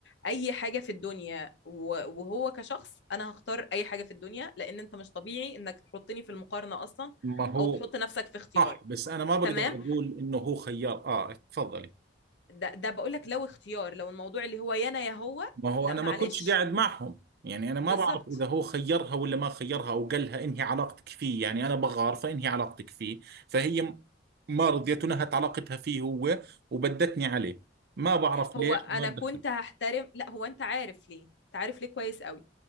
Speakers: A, on the left; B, on the right.
A: اي حاجة في الدنيا و... وهو كشخص انا هختار اي حاجة في الدنيا لان انت مش طبيعي انك تحطني في المقارنة اصلا
B: ما هو
A: او تحط نفسك في اختيار
B: صح بس انا ما بقدر
A: تمام
B: اقول انه هو خيار اه تفضلي
A: ده ده بقول لك لو اختيار لو الموضوع اللي هو يا انا يا هو
B: ما هو
A: لا
B: انا
A: معلش
B: ما كنتش قاعد معهم يعني انا ما
A: بالظبط
B: بعرف اذا هو خيرها ولا ما خيرها او قال لها انهي علاقتك فيه يعني انا بغار فانهي علاقتك فيه فهي م- ما رضيت ونهت علاقتها فيه هو وبدتني عليه ما بعرف
A: هو
B: ليش
A: انا
B: ما دخل
A: كنت هحترم لا هو انت عارف ليه انت عارف ليه كويس قوي